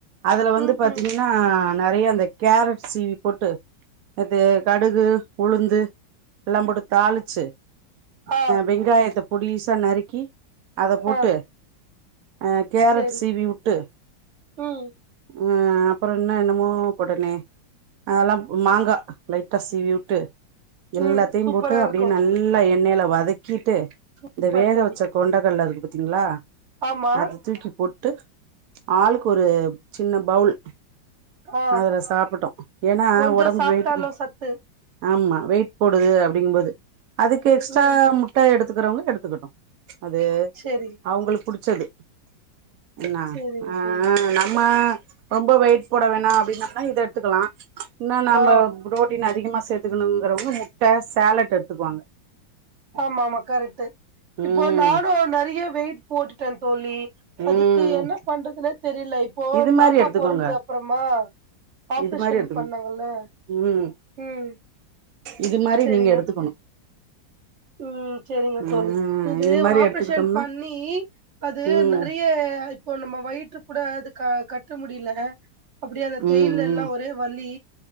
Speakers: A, on the right; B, on the right.
A: அதுல வந்து
B: ம்
A: பாத்தீங்கன்னா
B: ம்
A: நெறைய அந் கேரட் சீவி போட்டு அது கடுகு உளுந்து எல்லாம் போட்டு தாளிச்சு
B: ஆ
A: வெங்காயத்த பொடிசா நறுக்கி அத போட்டு
B: ஆ
A: அ கேரட்
B: சரி
A: சீவி விட்டு
B: ம்
A: ஆ அப்புறம் என்ன என்னமோ உடனே அதெல்லாம் மாங்கா லைட்டா சீவி விட்டு எல்லாத்தையும்
B: ம் சூப்பரா
A: போட்டு அப்படி
B: இருக்கு
A: நல்லா எண்ண எண்ணெயில வதக் கிட்டு இந்த
B: சூப்பர்
A: வேக
B: தோழி
A: வச்ச கொண்டகடல இருக் ங்களா
B: ஆமா
A: அத தூக்கி போட்டு ஆளுக்கு ஒரு சின்ன பவுல்
B: ஆ
A: அதுல சாப்பிட்டோம் ஏன்னா
B: கொஞ்சோ
A: ஒடம்பு
B: சாப்ட்டாலு
A: வெயிட்டு
B: சத்து
A: ஆமா வெயிட் போடுது அப்படிங்கும்போது அதுக்கு எக்ஸ்ட்ரா
B: ம்
A: முட்ட எடுத்து இருக்கிறவங்க எடுத்துக்கிடட்டும் அது
B: செரி
A: அவங்களுக்கு புடிச் செடு என்ன
B: செரிங்க
A: ஆஹ்
B: தோழி
A: நம்ம ரொம்ப வெயிட் போட வேணா அப்படின்ம்னா இத எடுத்துக்கலாம் என்ன நம்ம
B: ஆ
A: ஃப்ரோட்டீன் அதிகமா சேத்துக்கணுங்கறவங்க முட்ட சேலட் எடு துவாங்க
B: ஆமா ஆமா கரெக்ட்
A: ம்
B: இப்போ நானும் நிறைய வெயிட் போட்டுடன் தோலி
A: ம்
B: அதுக்கு என்ன பண்றதுன்னே தெரியல இப்போ
A: இது மாரி
B: பாப்பா
A: எடுத்துக்கோங்க
B: பொறந்த அப்புறமா ஆப்ரேஷன்
A: இது மாரி எடுத்துக்கோங்க
B: பண்ணாங்கல்ல
A: ம்
B: உஹம்
A: இது மாரி
B: சரிங்க
A: நீங்க எடுத்துக்கணு
B: தோலி உம் சரிங்க
A: ம்
B: தோலி இது
A: மாரி
B: ஆப்ரேஷன்
A: எடுத்துக்கிட்டோம்னா
B: பண்ணி அது
A: ம்
B: நிறைய இப்போ நம்ம வயிற்று கூட அது கட்ட முடில ல அப்படிய அந்த தேயில்
A: ம்
B: எல்லாம்
A: ம்
B: ஒரே வலி